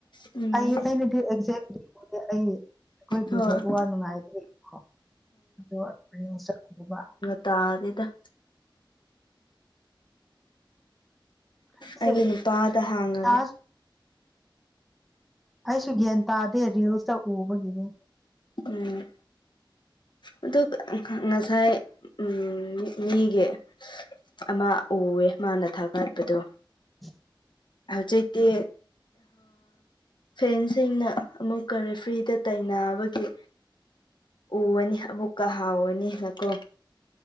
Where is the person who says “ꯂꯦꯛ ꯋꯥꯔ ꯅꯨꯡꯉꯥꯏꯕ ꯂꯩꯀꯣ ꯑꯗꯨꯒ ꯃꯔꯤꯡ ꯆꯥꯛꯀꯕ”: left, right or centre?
Centre